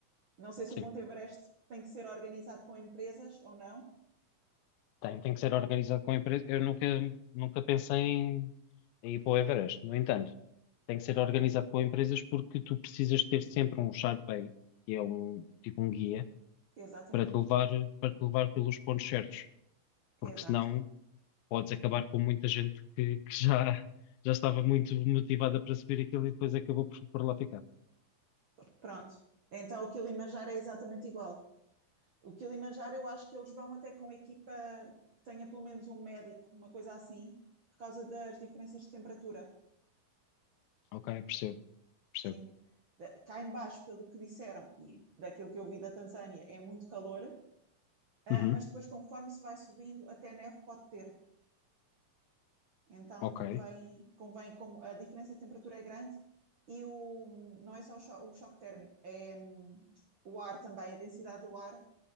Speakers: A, on the right; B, on the left.
A: Não sei se
B: Sim.
A: o Monte Everest tem que ser organizado com empresas ou não.
B: Tem, tem que ser organizado com a empresa. Eu nunca, nunca pensei em, em ir para o Everest. No entanto, tem que ser organizado com empresas porque tu precisas ter sempre um Sharpay, que é um tipo um guia,
A: Exatamente,
B: para te levar, para te levar pelos pontos certos.
A: exato.
B: porque senão podes acabar com muita gente que, que já, já estava muito motivada para subir aquilo e depois acabou por, por lá ficar.
A: Pronto. Então o Kilimanjaro é exatamente igual. O Kilimanjaro eu acho que eles vão até com a equipa que tenha pelo menos um médico, uma coisa assim, por causa das diferenças de temperatura.
B: Ok, percebo, percebo.
A: Sim, porque eh, cá em baixo pelo que disseram e daquilo que eu vi da Tanzânia, é muito calor, ah,
B: Uhum,
A: mas depois conforme se vai subindo, até neve pode ter. Então
B: ok.
A: convém, convém como a diferença de temperatura é grande e o, não é só o, cho- o choque térmico, é hum, o ar também, a densidade do ar